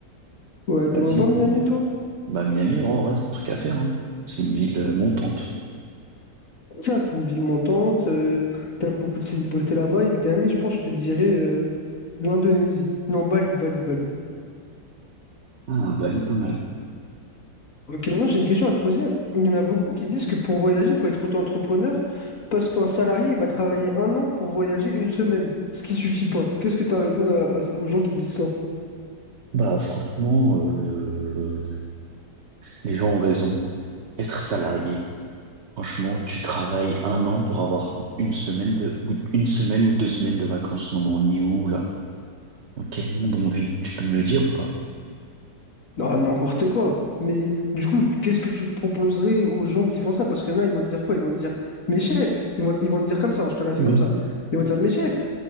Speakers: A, on the left (about 50°); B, on the right (about 45°).
A: Ouais, t'aimerais
B: Vas-y,
A: pas Miami,
B: mais-
A: toi?
B: bah Miami, ouais, en vrai, c'est un truc à faire, hein. C'est une ville euh, montante.
A: Ça, c'est une ville montante. euh, t'as beaucoup de célébrités là-bas. Et le dernier, je pense, je te dirais euh, l'Indonésie. Non, Bali, Bali, Bali.
B: Ah, Bali, pas mal.
A: Ok, maintenant, j'ai une question à te poser. Il y en a beaucoup qui disent que pour voyager, il faut être auto-entrepreneur parce qu'un salarié, il va travailler un an pour voyager une semaine, ce qui suffit pas. Qu'est-ce que tu as à répondre à- à- aux gens qui disent ça?
B: Bah franchement, euh, les gens ont raison. Être salarié, franchement, tu travailles un an pour avoir une semaine de, ou une semaine ou deux semaines de vacances. Non, mais on est où là? Dans quel monde on vit? Tu peux me le dire ou pas?
A: Ah, n'importe quoi. Mais du coup, qu'est-ce que tu proposerais aux gens qui font ça? Parce qu'il y en a, ils vont te dire quoi? Ils vont te dire, mes chefs, ils vont, ils vont te dire comme ça, hein, je te la fais
B: Mhm.
A: comme ça. Ils vont te dire, mes chefs,